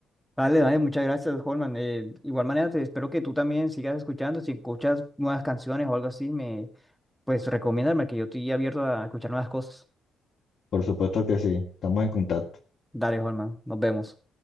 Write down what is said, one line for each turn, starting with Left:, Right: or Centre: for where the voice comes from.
Centre: vale, vale, muchas gracias, Holman. Eh, igual manera, te espero que tú también sigas escuchando. Si escuchas nuevas canciones o algo así, me, pues recomiéndame que yo estoy abierto a escuchar nuevas cosas.
Left: Por supuesto que sí, estamos en contacto.
Centre: Dale, Holman, nos vemos.